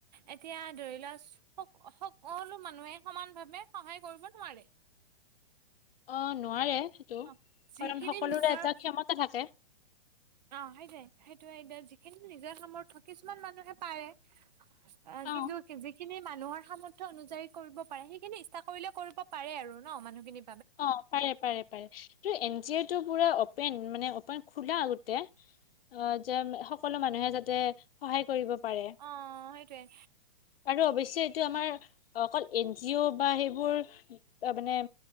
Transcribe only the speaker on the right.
এতিয়া ধৰি লোৱা স স সকলো মানুহে সমান ভাৱে সহায় কৰিব নোৱাৰে।
অ যিখিনি
নিজৰ
অ সেইটোৱে সেইটোৱে এতিয়া যিখিনি নিজৰ সামৰ্থ কিছুমান মানুহে পাৰে আ কিন্তু
যিখিনি মানুহৰ সামৰ্থ অনুযায়ী কৰিব পাৰে, সেইখিনি ইচ্ছা কৰিলে কৰিব পাৰে আৰু ন মানুহখিনি
অঁ সেইটোৱে।